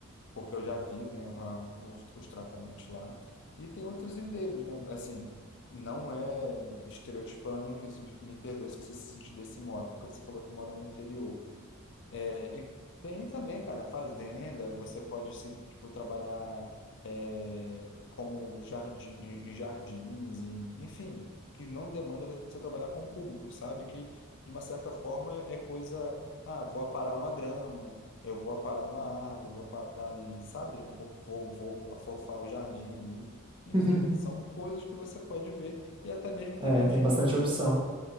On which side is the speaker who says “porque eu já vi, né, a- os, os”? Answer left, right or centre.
Left